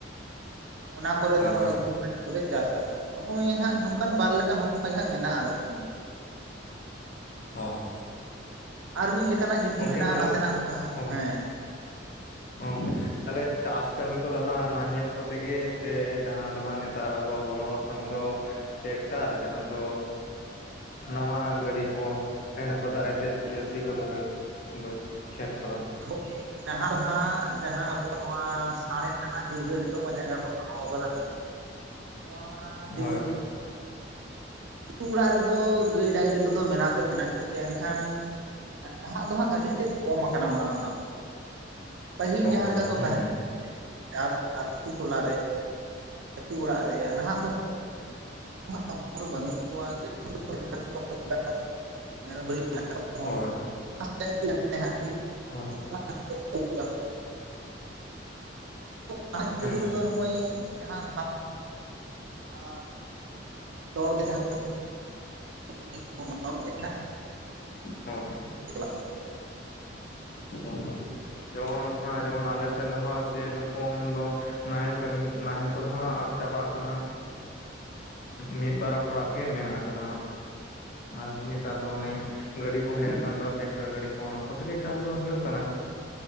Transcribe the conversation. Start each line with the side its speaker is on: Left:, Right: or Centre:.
Right: ᱾ ᱚᱱᱟ ᱠᱚᱨᱮ
Left: ᱦᱳᱭ
Right: ᱫᱚ ᱱᱚᱜᱼᱚᱭ
Left: ᱦᱳᱭ
Right: ᱩᱛᱩ ᱠᱚᱞᱮ ᱪᱟᱥᱟ ᱱᱚᱜᱼᱚᱭ ᱦᱟᱸᱜ ᱱᱚᱝᱠᱟᱱ ᱵᱟᱨ ᱞᱮᱠᱟᱱ ᱦᱥᱟ ᱜᱮ ᱦᱟᱸᱜ ᱢᱮᱱᱟᱜᱼᱟ ᱟᱞᱮᱥᱮᱱ ᱫᱚ᱾
Left: ᱚ
Right: ᱟᱨ ᱢᱤᱫᱮᱠᱟᱱᱟᱜ ᱡᱩᱫᱤ
Left: ᱜᱚᱝᱠᱮ
Right: ᱢᱮᱱᱟᱜ-ᱟ
Left: ᱛᱟᱦᱚᱞᱮ
Right: ᱱᱟᱥᱮᱱᱟᱜ ᱥᱟᱦᱟ
Left: ᱚ
Right: ᱦᱮᱸ᱾
Left: ᱚ ᱛᱟᱦᱚᱞᱮ ᱪᱟᱥ ᱠᱟᱹᱢᱤ ᱠᱚᱫᱚ ᱦᱟᱸᱜ ᱱᱟᱦᱮᱞ ᱠᱚᱛᱮ ᱜᱮ ᱥᱮ ᱡᱟᱦᱟᱸ ᱫᱚ ᱦᱟᱸᱜ ᱱᱮᱛᱟᱨ ᱟᱵᱚᱣᱟᱜ ᱵᱚᱞᱚ ᱠᱷᱟᱱ ᱫᱚ ᱴᱮᱠᱴᱟᱨ ᱡᱟᱦᱟᱸ ᱫᱚ ᱱᱟᱣᱟᱱᱟᱜ ᱜᱟᱹᱰᱤ ᱠᱚ ᱦᱳᱭ ᱚᱱᱟᱠᱚ ᱫᱟᱨᱟᱭ ᱛᱮ ᱤᱭᱟ ᱥᱤ ᱠᱚᱫᱚ ᱦᱩᱭᱩᱜ ᱵᱟᱹᱫ ᱠᱷᱮᱛ ᱠᱚ ᱾
Right: ᱱᱟᱦᱟᱜ ᱫᱚ ᱦᱟᱸᱜ ᱡᱟᱦᱟᱸ ᱟᱵᱚ ᱱᱚᱣᱟ ᱥᱟᱬᱮᱸᱥᱟᱱᱟᱜ ᱡᱩᱜᱽ ᱨᱮ ᱱᱤᱛᱚᱜ ᱢᱟ ᱡᱟᱸᱜᱟ ᱵᱚᱱ ᱫᱚᱦᱚ ᱟᱠᱟᱫᱟ ᱾
Left: <inaudible>
Right: ᱱᱚᱣᱟ ᱡᱩᱜᱽ
Left: ᱦᱳᱭ
Right: ᱨᱮ ᱟᱛᱩ ᱚᱲᱟᱜ ᱨᱮᱫᱚ ᱜᱟᱹᱭ ᱰᱟᱹᱟᱝᱨᱤ ᱠᱚᱫᱚ ᱢᱮᱱᱟᱜ ᱫᱚ ᱢᱮᱱᱟᱜ ᱠᱚᱜᱮᱭᱟ ᱮᱱᱠᱷᱟᱱ ᱱᱟᱦᱟᱜ ᱫᱚ ᱦᱟᱸᱜ ᱟᱹᱰᱤ ᱛᱮᱫ ᱠᱚᱢ ᱟᱠᱟᱱᱟ ᱚᱱᱟ ᱫᱚ ᱦᱟᱸᱜ, ᱯᱟᱹᱦᱤᱞ
Left: ᱚ
Right: ᱡᱟᱦᱟᱸ ᱞᱮᱠᱟ ᱠᱚ
Left: ᱦᱩᱸ
Right: ᱛᱟᱦᱮᱸᱜ ᱪᱟᱥ ᱟᱛᱩ ᱴᱚᱞᱟ ᱨᱮ ᱟᱹᱛᱩ ᱚᱲᱟᱜ ᱨᱮ ᱱᱟᱦᱟᱜ ᱫᱚ <unintelligible> ᱵᱟᱹᱱᱩᱜ ᱠᱚᱣᱟ <unintelligible> ᱢᱮᱨᱚᱢ ᱵᱷᱤᱲᱤ ᱠᱚᱦᱚᱸ
Left: ᱦᱳᱭ
Right: <unintelligible>
Left: ᱦᱳᱭ
Right: <unintelligible> <unintelligible> ᱱᱟᱦᱟᱜ
Left: ᱦᱮᱸ
Right: ᱡᱩᱜᱽ ᱨᱮᱫᱚ ᱱᱚᱜᱼᱚᱭ ᱡᱟᱦᱟᱸ ᱟ ᱫᱚᱲ ᱛᱮ ᱡᱟᱦᱟᱸ <unintelligible>
Left: ᱦᱩᱸ
Right: ᱪᱟᱞᱟᱜ
Left: ᱚ ᱡᱮᱢᱚᱱ ᱦᱮᱸ ᱡᱮᱢᱚᱱ ᱟᱞᱮᱥᱮᱱ ᱦᱚᱸ ᱥᱮᱨᱚᱠᱚᱢ ᱫᱚ ᱱᱟᱦᱮᱞ ᱠᱟᱹᱢᱤ ᱱᱟᱦᱮᱞ ᱠᱚᱫᱚ ᱦᱟᱸᱜ ᱟᱫ ᱪᱟᱵᱟ ᱠᱟᱱᱟ᱾ ᱢᱤᱫ ᱵᱟᱨ ᱦᱚᱲᱟᱜ ᱜᱮ ᱢᱮᱱᱟᱜ ᱟᱠᱟᱫᱟ ᱾ ᱟᱨ ᱱᱮᱛᱟᱨ ᱫᱚ ᱚᱱᱮ ᱜᱟᱹᱰᱤ ᱠᱚ ᱦᱮᱡ ᱟᱠᱟᱱ ᱫᱚ ᱴᱨᱟᱠᱴᱟᱨ ᱜᱟᱹᱰᱤ ᱠᱚ ᱚᱱᱟ ᱠᱚᱛᱮ ᱜᱮ ᱪᱟᱥ ᱫᱚ ᱦᱩᱭᱩᱜ ᱠᱟᱱᱟ᱾